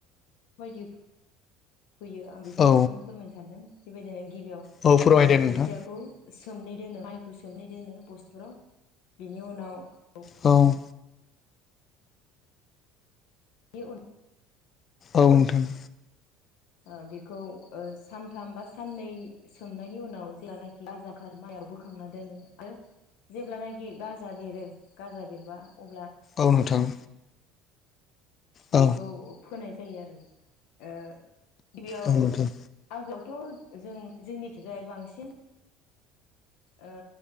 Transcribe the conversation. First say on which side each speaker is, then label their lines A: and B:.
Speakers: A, on the left; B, on the left.
A: बायदि फोयो आं बेखौ
B: औ
A: नोंथांनो फोरमायनो सानदों बेबायदिनो गिबियाव
B: औ फोरमायदो
A: ओ
B: नोंथां
A: खोथियाखौ सोमनानै दोनो माइ फोर सोमै दोनो बस्थुफोराव बिनि उनाव <unintelligible>
B: औ
A: नि उन <unintelligible>
B: औ नोंथां
A: ओ बेखौ ओ सानथाम बा साननै सोमनायनि उनाव जेलानाखि बाजांखार माइआव बोखांना दोनो आरो <unintelligible> जेब्लानाखि गाजा बेरो गाजा बेरब्ला अब्ला
B: औ नोंथां औ
A: बेखौ फोनाय जायो आरो ओ गिबियाव
B: औ नोंथां
A: आगोलावथ जों जोंनिथिंजाय बांसिन ओ